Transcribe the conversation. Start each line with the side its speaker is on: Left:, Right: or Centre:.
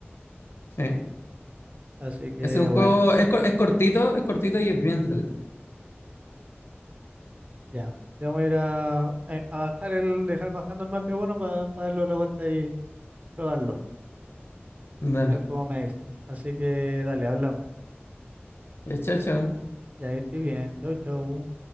Left: Sí.
Right: Así que
Left: Es un
Right: bueno,
Left: juego, es, cor- es cortito, es cortito y es bien entretenido.
Right: ya. Yo voy a ir a, a- a bajar el, dejar bajando el Mafia 1 para darle otra vuelta y probarlo,
Left: Dale.
Right: tal como me dice. Así que dale, hablamos.
Left: Ya, chao, chao.
Right: Ya estoy bien, chau, chau.